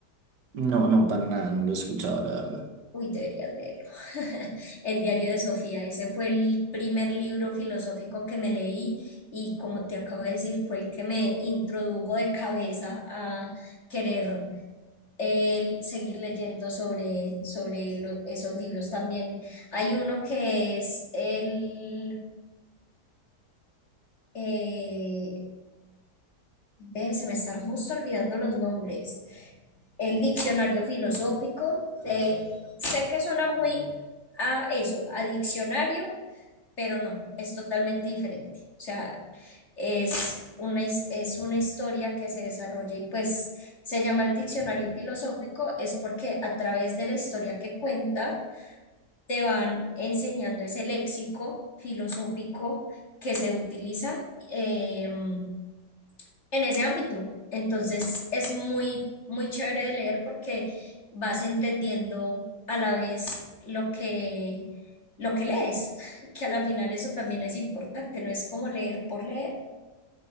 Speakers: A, on the right; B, on the left.
A: No, no, para nada, no lo he escuchado, la verdad.
B: Uy, deberías leerlo. <laughs> El diario de Sofía. Ese fue el primer libro filosófico que me leí y como te acabo de decir, fue el que me introdujo de cabeza a querer el seguir leyendo sobre, sobre lo- esos libros también. Hay uno que es el... eh, ve, se me están justo olvidando los nombres. El diccionario filosófico. eh, sé que suena muy a eso, a diccionario, pero no, es totalmente diferente. O sea, es una, his- es una historia que se desarrolla y pues se llama el diccionario filosófico, es porque a través de la historia que cuenta, te van enseñando ese léxico filosófico que se utiliza eh, en ese ámbito. Entonces es muy, muy chévere de leer porque vas entendiendo a la vez lo que, lo que lees, <laughs> que a la final eso también es importante, no es como leer por leer.